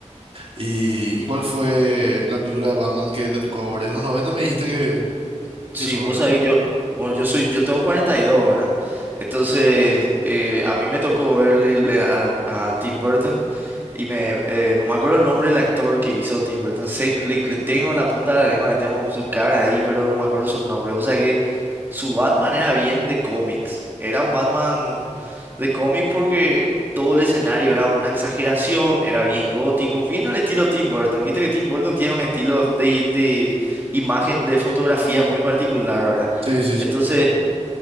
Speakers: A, on the right; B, on the right.
A: ¿Y, ¿y cuál fue la película de Batman que te tocó ahora? En los 90 me dijiste que,
B: Sí,
A: que eso,
B: vos
A: ¿verdad?
B: sabés, yo, bueno, yo soy, yo tengo 42 ahora. Entonces, eh, a mí me tocó verle le- a, a Tim Burton y me, eh, no me acuerdo el nombre del actor que hizo Tim Burton. Sé, que le, le tengo en la punta de la lengua, le tengo su cara ahí, pero no me acuerdo su nombre. O sea que su Batman era bien de cómics. Era un Batman de cómic porque todo el escenario era una exageración, era bien gótico, bien al estilo Tim Burton. Viste que Tim Burton tiene un estilo de, de imagen de fotografía muy particular, ¿verdad?
A: Sí, sí, sí.
B: Entonces,